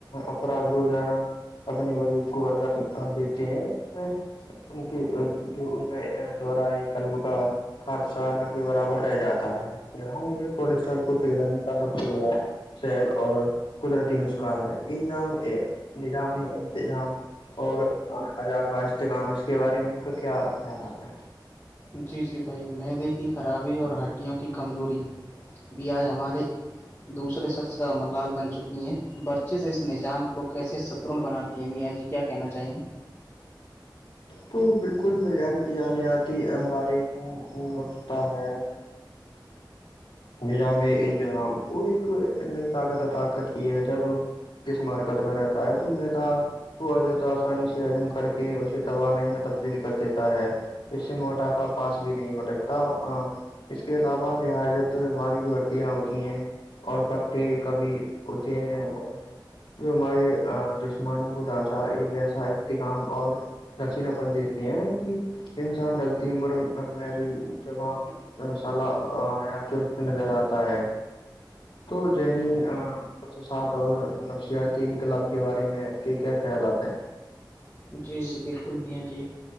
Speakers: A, on the left; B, on the left.
A: افراد روزانہ اپنے بجود کو حرکت دیتے ہیں ان کی جو ان میں دورہ ہے قلب کا خادشہ نہ کے برابر رہ جاتا ہے یہاں مجھے کولسٹرال کو پھیگلانے کا سب سے بڑا سیل اور قدرتی نسخہ ہے انظام نظامی انتظام اور ادا کاہ اسجتکام اس کے بارے میں آپ کو کیا خیال آتے ہے
B: جی جی بھائی مدے کی خرابی اور ہڈیوں کی کمزوری بھی آج ہمارے دوسرے شخص کا ممر لال بن چکی ہیں برچز اس نظام کو کیسے سترڑھ بناتی ہیں میاں جی کی کیا کہنا چاہیں گے
A: تو بالکل یعنی کہ جان آتی بارش نکتا ہے یعنی نظام انجام کو ایک نئی طاقت طاقت کی ہے جب کس مرکت میں رہتا ہے تو مدا ہو جو تو آسانی سے حضم کر کے اسے توانائی میں تبدیل کر دیتا ہے اس سے موٹاپا پاس بھی نہیں بھٹکتا اس کے علاوہ رظت ہماری جو ہڈیاں ہوتی ہیں اور پٹے کا بھی ہوتے ہیں اور جو ہمارے جسمانی کو ڈھانچہ ایک ایسا اختام اور رشین اپن دیتے ہیں کہ انسان ڈلتی عمر میں بھی جگہ سال یا تر نظر آتا ہے تو جنی بسوسات اور نفسیاتی انقلاب کے بارے میں آپ کے کیا خیالات ہیں
B: جی جی بالکل بھی آ جیے